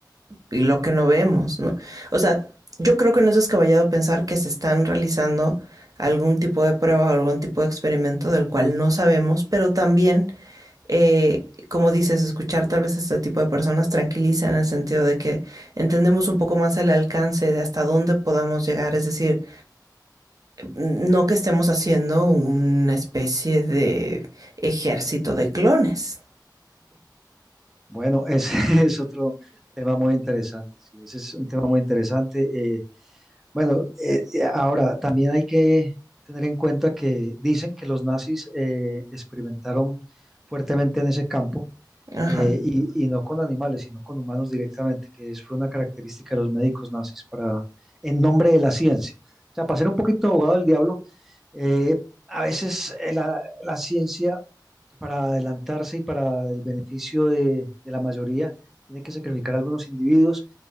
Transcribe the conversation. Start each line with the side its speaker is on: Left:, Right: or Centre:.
Right: y lo que no vemos, ¿no? O sea, yo creo que no es descabellado pensar que se están realizando algún tipo de prueba o algún tipo de experimento del cual no sabemos, pero también, eh, como dices, escuchar tal vez a este tipo de personas tranquiliza en el sentido de que entendemos un poco más el alcance de hasta dónde podamos llegar. Es decir, No que estemos haciendo una especie de ejército de clones.
Centre: Bueno, ese <laughs> es otro tema muy interesante, sí, ese es un tema muy interesante. eh, bueno, eh, eh, ahora también hay que tener en cuenta que dicen que los nazis eh, experimentaron fuertemente en ese campo eh,
Right: Ajá.
Centre: y, y no con animales, sino con humanos directamente, que es- fue una característica de los médicos nazis para, en nombre de la ciencia. O sea, para ser un poquito abogado del diablo, eh, a veces eh, la, la ciencia para adelantarse y para el beneficio de, de la mayoría, tiene que sacrificar a algunos individuos,